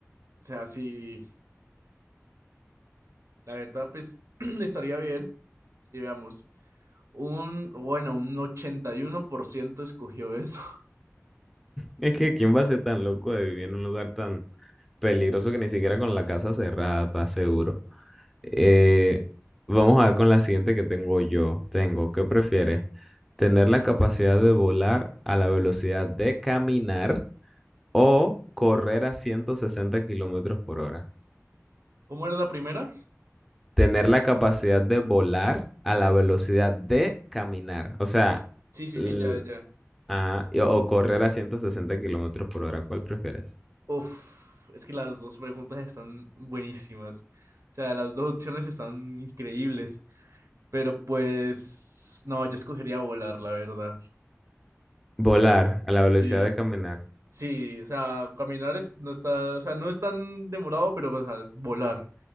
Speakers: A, on the right; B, in the centre.
A: O sea, si la verdad, pues <clears throat> estaría bien. Y veamos, un, bueno, un 81% escogió eso. <laughs>
B: Es que ¿quién va a ser tan loco de vivir en un lugar tan peligroso que ni siquiera con la casa cerrada está seguro? Eh, vamos a ver con la siguiente que tengo yo. Tengo, ¿qué prefieres? ¿Tener la capacidad de volar a la velocidad de caminar o correr a 160 kilómetros por hora?
A: ¿Cómo era la primera?
B: Tener la capacidad de volar a la velocidad de caminar. O sea,
A: Sí, sí,
B: l-
A: sí, ya, ya.
B: ah, y- o correr a 160 kilómetros por hora. ¿Cuál prefieres?
A: Uf, es que las dos preguntas están buenísimas. O sea, las dos opciones están increíbles. Pero pues, no, yo escogería volar, la verdad.
B: Volar a la velocidad
A: Sí,
B: de caminar.
A: sí, o sea, caminar es- no está, o sea, no es tan demorado, pero, o sea, es volar.